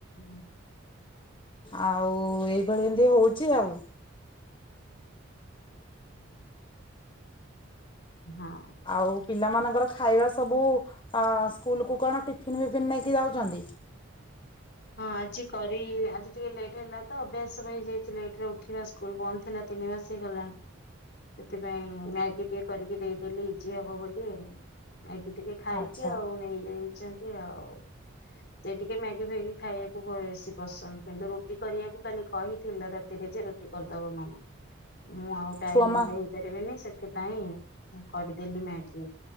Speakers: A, on the left (about 55°); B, on the left (about 25°).
A: ହୁଁ
B: ଆଉ ଏଇଭଳି ଏମିତି ହଉଛି ଆଉ।
A: ହଁ
B: ଆଉ ପିଲାମାନଙ୍କ ତାଙ୍କର ଖାଇବା ସବୁ ଅମସ୍କୁଲ କୁ କଣ ଟିଫିନ ବିଫନ୍ ନେଇକି ଯାଉଛନ୍ତି
A: ହଁ ଆଜି କରି ଆଜି ଟିକେ ଲେଟ୍ ହେଲା ତ ଅଭ୍ୟାସ ହୋଇଯାଇଛି ଲେଟରେ ଉଠିବା ସ୍କୁଲ ବନ୍ଦ ଥିଲା ତିନି ମାସ ହେଇଗଲାଣି ସେଥିପାଇଁ ମ୍ୟାଗି ଟିକେ କରିକି ଦେଇଦେଲି ଇଜି ହବ ବୋଲି। ମ୍ୟାଗି ଟିକେ ଖାଇକି
B: ଆଚ୍ଛା
A: ଆଉ ନେଇଯାଇଚନ୍ତି ଆଉ। ସେ ଟିକେ ମ୍ୟାଗି ପ୍ୟାଗି ଖାଇବାକୁ ବେଶୀ ପସନ୍ଦ କିନ୍ତୁ ରୁଟି କରିବାକୁ ଖାଲି କହିଥିଲା ରାତିରେ ଯେ ରୁଟି କରିଦବ ମାମା। ମୁଁ ଆଉ ଟାଇମ
B: ଛୁଆ ମା
A: ଦେଇପାରିବିନି ସେତ୍ ସେଥିପାଇଁ ମୁଁ କରିଦେଲି ମ୍ୟାଗି